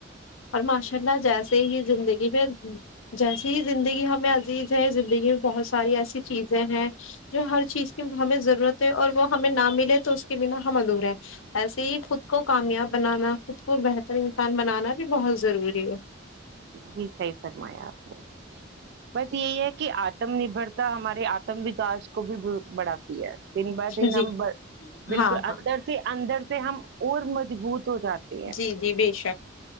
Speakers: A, on the left; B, on the right.
A: اور ماشاء اللہ جیسے ہی زندگی میں جیسے ہی زندگی ہمیں عزیز ہے زندگی میں بہت ساری ایسی چیزیں ہیں جو ہر چیز کی ہمیں ضرورت ہے اور وہ ہمیں نہ ملے تو اس کے بنا ہم ادھورے ایسے ہی خود کو کامیاب بنانا خود کو بہتر انسان بنانا بھی بہت ضروری ہے
B: جی صحیح فرمایا آپ نے بس یہی ہے کہ آتم نربرتا ہمارے آتم وکاس کو بھی بڑھاتی ہے دن ب دن
A: جی
B: ہم بالکل
A: ہاں ہاں
B: اندر سے اندر سے ہم اور م <unintelligible> ہو جاتی ہے
A: جی جی بے شک